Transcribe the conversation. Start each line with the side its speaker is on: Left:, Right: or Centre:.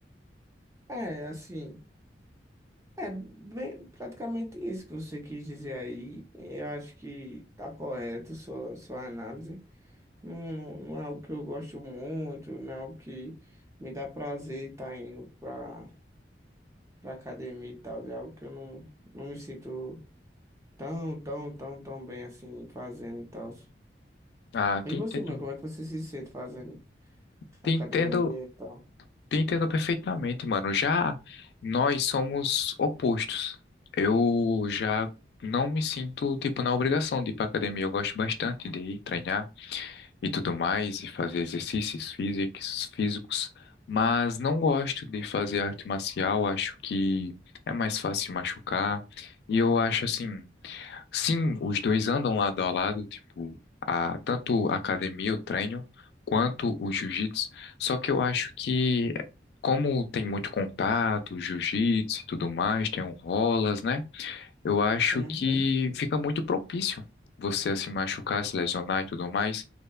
Right: É, assim, é bem, praticamente isso que você quis dizer aí. Eu acho que tá correto sua, sua análise. Não, não, não é algo que eu gosto muito, não é algo que me dá prazer estar indo pra, pra academia e tal. É algo que eu não, não me sinto. Tão, tão, tão, tão bem assim, fazendo e tal.
Left: Ah,
Right: E
Left: te
Right: você,
Left: entendo,
Right: mano, como é que você se sente fazendo
Left: te
Right: academia
Left: entendo
Right: e tal?
Left: Te entendo perfeitamente, mano. Já nós somos opostos. Eu já não me sinto, tipo, na obrigação de ir pra academia. Eu gosto bastante de ir treinar e tudo mais, e fazer exercícios físicos, físicos, mas não gosto de fazer arte marcial. Acho que é mais fácil machucar. E eu acho assim. Sim, os dois andam lado a lado, tipo, a, tanto a academia, o treino, quanto o jiu-jitsu. Só que eu acho que, como tem muito contato, jiu-jitsu e tudo mais, tem um rolas, né? Eu acho
Right: Uhum.
Left: que fica muito propício você a se machucar, se lesionar e tudo mais,